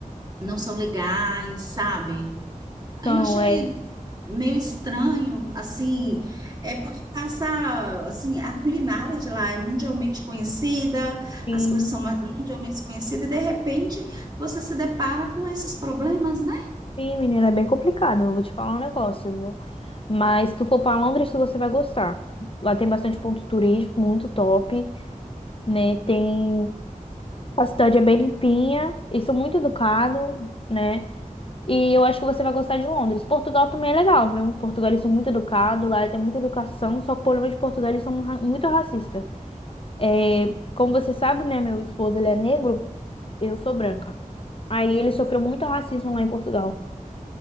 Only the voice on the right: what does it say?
não são legais, sabe? Aí
eu achei
meio estranho, assim, é porque passa, assim, a culinária de lá é mundialmente conhecida,
as coisas são ma- mundialmente conhecidas, e de repente você se depara com esses problemas, né?